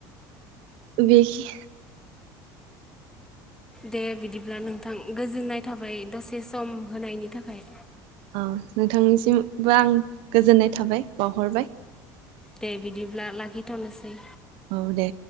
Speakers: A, on the right; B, in the centre.
A: बेखि
B: दे बिदिब्ला नोंथां गोजोननाय थाबाय दसे सम होनायनि थाखाय
A: औ नोंथांनिसिमबो आं गोजोननाय थाबाय बावहरबाय
B: दे बिदिब्ला लाखिथ'नोसै
A: औ दे